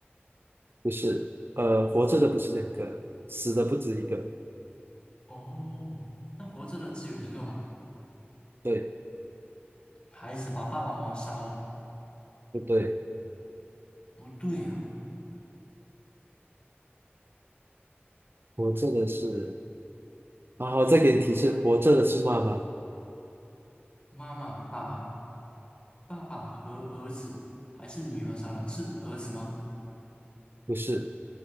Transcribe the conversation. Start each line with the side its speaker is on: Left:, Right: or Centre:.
Right: 不是，呃，活着的不是两个，死的不止一个。
Left: 哦，那活着的只有一个吗？
Right: 对，
Left: 孩子把爸爸妈妈杀了，
Right: 不对？
Left: 不对啊，
Right: 活着的是，然后再给你提示，活着的是妈妈，
Left: 妈妈把爸爸和儿子还是女儿杀了，是儿子吗？
Right: 不是，